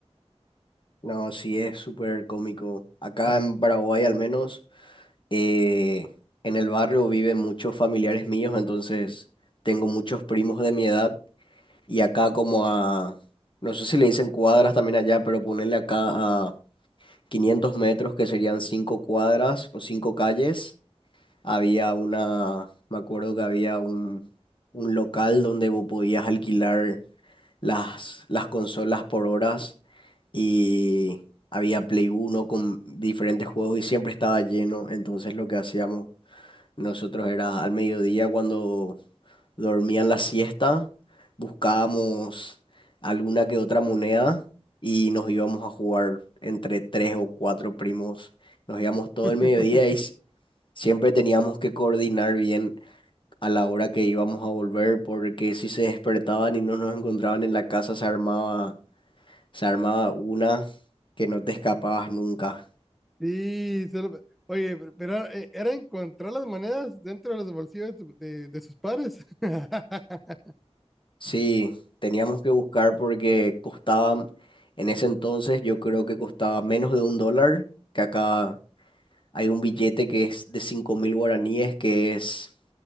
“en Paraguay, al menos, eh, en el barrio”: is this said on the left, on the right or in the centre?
Left